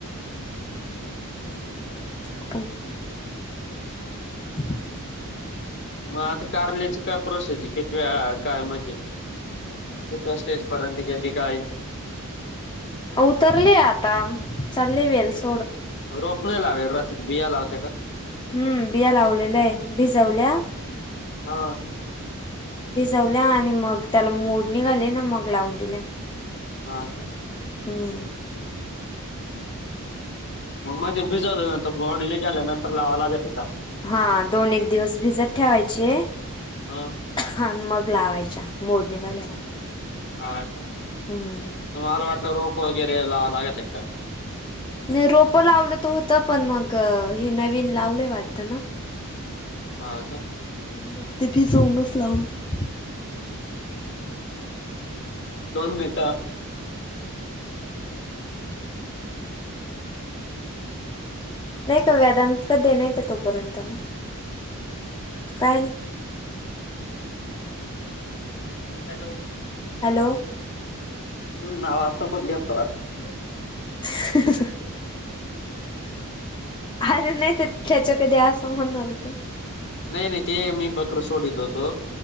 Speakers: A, on the left; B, on the left.
A: आपण <unintelligible>
B: मग आता कारल्याची काय प्रोसेज आहे किती वेळा काय म्हणजे कितव्या स्टेजपर्यंत गेली काय आहे
A: उतरले आता चालले वेल्स
B: रोप नाही लावत रथ बिया लावते का
A: हम्म बिया लावलेलंय भिजवल्या
B: हा
A: भिजवल्या आणि मग त्याला मोड निघाले ना मग लावून दिल्या
B: हा का
A: हम्म
B: म्हणजे भिजवलं नंतर मोड निघाल्या नंतर लावावं लागते का
A: हा दोन एक दिवस भिजत ठेवायचे
B: हा
A: ह मग लावायच्या मोड निघाल्यावर
B: हा का
A: हम्
B: मला वाटलं रोप वगैरे लावावं लागते का
A: नाही रोपं लावलं तर होतं पण मग हे नवीन लावलंय वाटतं ना
B: हा का
A: मग ते भिजवुनच लावलं
B: दोन मिनट हा..
A: नाही का वेदांत कधी नाही, तर तोपर्यंत ना काय नाही.
B: हॅलो
A: हॅलो
B: तुह नाव आता पण घेता वाटतं.
A: <unintelligible> अरे नाही ते त्याच्या कधी असं म्हणणार होते.
B: नाही नाही ते मी बकरं सोडीत होतो,